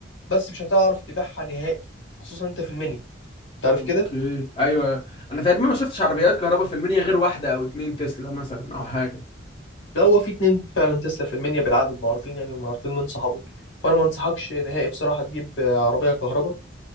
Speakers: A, on the left (about 80°); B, on the left (about 25°).
A: بس مش هتعرف تبيعها نهائي خصوصا انت في المنيا تعرف
B: اوكي
A: كده
B: ايوه انا تقريبا ما شفتش عربيات كهرباء في المنيا غير واحدة او اتنين تسلا مثلا او حاجة
A: لو هو في اتنين فعلا تسلا في المنيا بالعدد معروفين يعني ومعروفين من صحابه فانا ما انصحكش نهائي بصراحة تجيب آه، عربية كهرباء